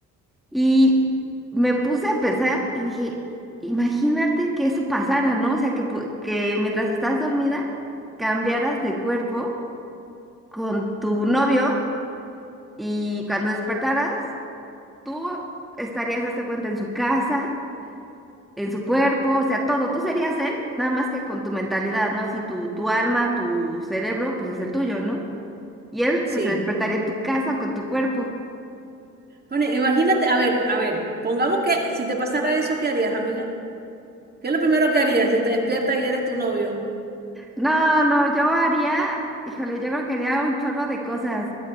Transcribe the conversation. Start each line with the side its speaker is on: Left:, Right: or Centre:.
Centre: Y me puse a pensar y dije, imagínate que eso pasara, ¿no? O sea, que, pu- que mientras estás dormida cambiaras de cuerpo con tu novio y cuando despertaras Tú estarías, hazte cuenta, en su casa, en su cuerpo, o sea, todo. Tú serías él, nada más que con tu mentalidad, ¿no? Así tu, tu alma, tu cerebro, pues es el tuyo, ¿no? Y él,
Right: Sí.
Centre: pues se despertaría en tu casa con tu cuerpo.
Right: Bueno, imagínate, a ver, a ver, pongamos que si te pasara eso, ¿qué harías, amiga? ¿Qué es lo primero que harías si te despiertas y eres tu novio?
Centre: No, no, yo haría, híjole, yo creo que haría un chorro de cosas.